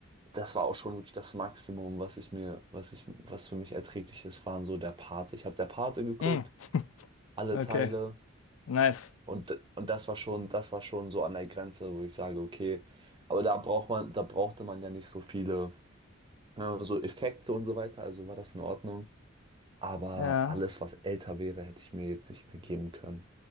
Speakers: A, on the right; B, on the left.
A: das war auch schon wirklich das Maximum, was ich mir, was ich, was für mich erträglich ist, waren so der Pate. Ich habe der Pate geguckt,
B: Mm,
A: alle
B: okay,
A: Teile
B: nice.
A: und, und das war schon, das war schon so an der Grenze, wo ich sage, okay, aber da braucht man, da brauchte man ja nicht so viele, ne, so Effekte und so weiter, also war das in Ordnung. Aber
B: Ja,
A: alles, was älter wäre, hätte ich mir jetzt nicht mehr geben können.